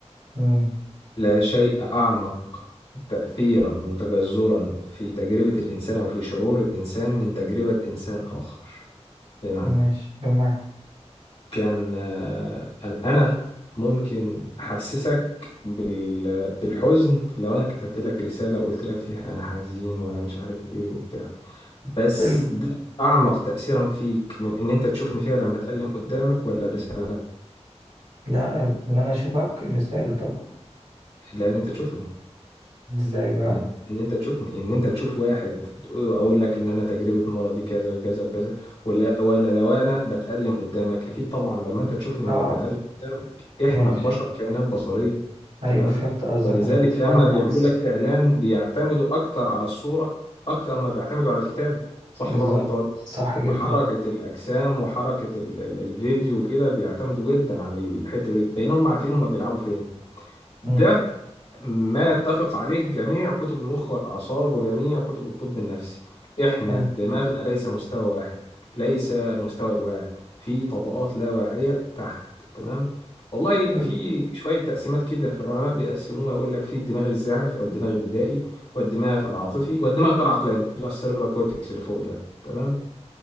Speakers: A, on the right; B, on the left.
A: امم
B: لا شيء اعمق تاثيرا وتجذرا في تجربه الانسان او في شعور الانسان من تجربه انسان اخر بمعنى
A: ماشي بمعنى
B: كان آه، انا انا ممكن احسسك بال... بالحزن لو انا كتبت لك رساله وقلت لك فيها انا حزين وانا مش عارف ايه وبتاع بس
A: حلو
B: ده اعمق تاثيرا فيك من ان انت تشوفني فعلا بتألم قدامك ولا الرساله
A: لا ان انا اشوفك رسالة طبعا
B: لان انت تشوفني
A: ازاي بقى
B: ان انت ان انت تشوف ان انت تشوف واحد تقول- اقول لك ان انا تجربه مرضي كذا وكذا وكذا ولا ولا لو انا بتألم قدامك اكيد طبعا لما انت تشوفني وأبقى
A: اه
B: بتألم قدامك احنا
A: ماشي
B: البشر كائنات بصريه
A: ايوه
B: تمام
A: فهمت قصدك
B: ولذلك
A: انا كنت فاهم
B: لما
A: العكس
B: بيعملوا لك اعلان بيعتمدوا اكتر على الصوره اكتر ما بيعتمدوا على الكتابه صح
A: بالظبط
B: ولا انا غلطان
A: صح جدا
B: وحركه الاجسام وحركه ال ال الفيديو وكده بيعتمدوا جدا على الحته دي لان هم عارفين هم بيلعبوا فين ده
A: امم
B: ما يتفق عليه جميع كتب المخ والأعصاب وجميع كتب الطب النفسي إحنا
A: حلو
B: دماغنا ليس مستوى واحد ليس المستوى الواعي في طبقات لا واعية تحت تمام والله
A: حلو
B: في شوية تقسيمات كده العلماء بيقسموها يقول لك في الدماغ الزاحف أو الدماغ البدائي والدماغ العاطفي والدماغ العقلاني اللي هو السيربرال كورتكس اللي فوق ده تمام